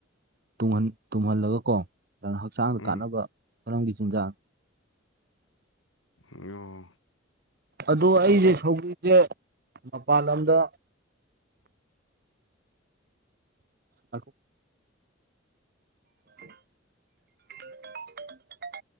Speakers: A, on the right (about 50°); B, on the left (about 85°).
A: ꯇꯨꯝꯍꯟ ꯇꯨꯝꯍꯜꯂꯒꯀꯣ ꯑꯗꯨꯅ ꯍꯛꯆꯥꯡꯗ
B: ꯎꯝ
A: ꯀꯥꯟꯅꯕ ꯃꯔꯝꯒꯤ ꯆꯤꯟꯖꯥꯛꯅꯤ
B: ꯑꯣ
A: ꯑꯗꯣ ꯑꯩꯁꯦ ꯁꯧꯒ꯭ꯔꯤꯁꯦ ꯃꯄꯥꯟ ꯂꯝꯗ
B: <unintelligible>
A: <unintelligible> <unintelligible>